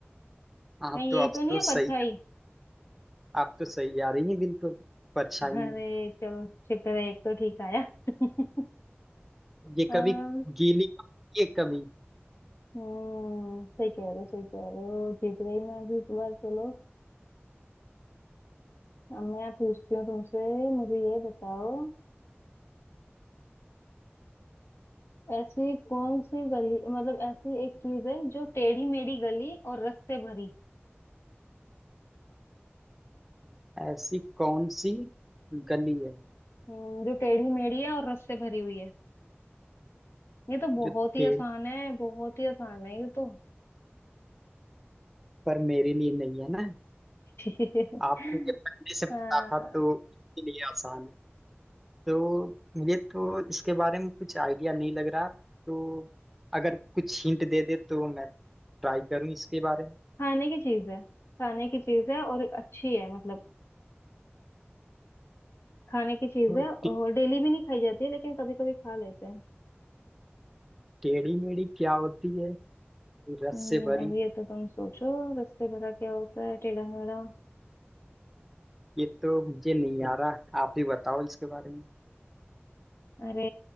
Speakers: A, in the centre; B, on the left.
A: आप
B: कहीं
A: तो
B: यही
A: आप
B: तो नहीं
A: तो
B: है परछाई
A: सही आप तो सही आ रही हैं बिल्कुल परछाई
B: अरे
A: में
B: चलो शुक्र है एक तो ठीक आया <laughs>
A: ये
B: अम,
A: कभी गीली कभी- ये कभी
B: हम्म सही कह रहे हो सही कह रहे हो जीत गई मैं भी इस बार चलो अब मैं पूछती हूँ तुमसे मुझे ये बताओ ऐसी कौन सी गली मतलब ऐसी एक चीज है जो टेढ़ी मेढ़ी गली और रस से भरी
A: ऐसी कौन सी गली है
B: हम्म, जो टेढ़ी मेढ़ी है और रस से भरी हुई है ये तो बहुत
A: जो
B: ही
A: तेरे
B: आसान है बहुत ही आसान है ये तो
A: पर मेरे लिए नहीं है ना
B: <laughs>
A: आपको ये पहले से पता
B: हाँ,
A: था तो इसके लिए आसान है तो मुझे तो इसके बारे में कुछ आइडिया नहीं लग रहा तो अगर कुछ हिंट दे दे तो मैं ट्राई करूं इसके बारे में
B: खाने की चीज है खाने की चीज है और अच्छी है मतलब खाने की चीज
A: और
B: है और
A: टे-
B: डेली भी नहीं खाई जाती है लेकिन कभी कभी खा लेते हैं
A: टेढ़ी मेढ़ी क्या होती है रस
B: हम्म,
A: से भरी
B: अब ये तो तुम सोचो रस्ते भरा क्या होता है टेढ़ा मेढ़ा
A: ये तो मुझे नहीं आ रहा आप ही बताओ इसके बारे में
B: अरे